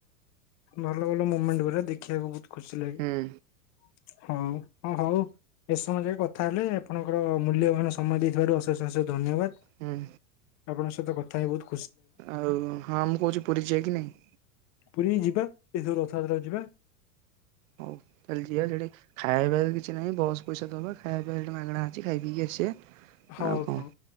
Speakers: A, on the left (about 35°); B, on the right (about 60°).
A: ଭଲ ଭଲ ମୁମେଣ୍ଟ ପୁରା ଦେଖିବାକୁ ବହୁତ ଖୁସି ଲାଗେ।
B: ହୁଁ
A: ହଉ ହଁ ହଉ ଏତେ ସମୟ ଯାଏ କଥା ହେଲେ ଆପଣଙ୍କର ମୂଲ୍ୟବାନ ସମୟ ଦେଇଥିବାରୁ ଅଶେଷ ତା ସହି ଧନ୍ୟବାଦ
B: ହୁଁ
A: ଆପଣଙ୍କ ସହିତ କଥା ହେଇ ବହୁତ୍
B: ଆଉ ହଁ ମୁଁ କହୁଚି ପୁରୀ ଯିବା କି ନାଇଁ?
A: ପୁରୀ ଯିବା। ଏଥର ରଥଯାତ୍ରା ଯିବା।
B: ହଉ ତାହେଲେ ଯିବା ସେଇଠି ଖାଇବା ପିଇବାକୁ କିଛି ନାହିଁ। ବସ୍ ପଇସା ଦବା। ଖାଇବା ପିଇବା ସେଠି ମାଗଣା ଅଛି ଖାଇ ପିଇକି ଆସିବା।
A: ହଉ,
B: ଆଉ କଣ
A: ହଉ।